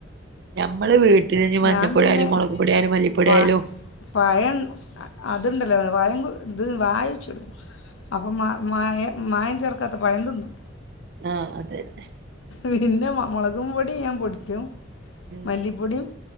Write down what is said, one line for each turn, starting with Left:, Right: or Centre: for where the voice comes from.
Right: ഞമ്മള് വീട്ടിൽ ഇനി മഞ്ഞപ്പൊടി
Left: ഞാൻ പിന്നെ
Right: ആയാലും മൊളകുപൊടി ആയാലും മല്ലിപ്പൊടി
Left: പ
Right: ആയാലും
Left: പഴം അതുണ്ടല്ലോ പഴം ഇത് വായച്ചിടും അപ്പം മ മായ മായം ചേർക്കാത്ത പഴം തിന്നും
Right: ആഹ് അതന്നെ
Left: പിന്നെ മൊളകും പൊടി ഞാൻ പൊടിക്കും
Right: ഉം
Left: മല്ലിപ്പൊടിം